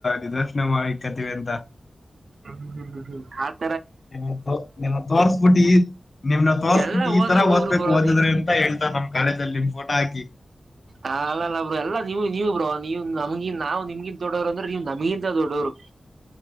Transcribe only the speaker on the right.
<unintelligible> ಹ್ಮ
ಎಲ್ಲಾ
ಓದ
ಹುಡುಗರು
ಬ್ರೋ
ನೀವು
ಹ ಅಲ್ಲ ಅಲ್ಲ ಬ್ರೋ ಎಲ್ಲಾ ನೀವು ನೀವು ಬ್ರೋ ನೀವು ನಮಗಿ ನಾವು ನಿಮಗಿನ್ ದೊಡೋರಂದ್ರೆ ನೀವ್ ನಮಗಿಂತ ದೊಡೋವರು.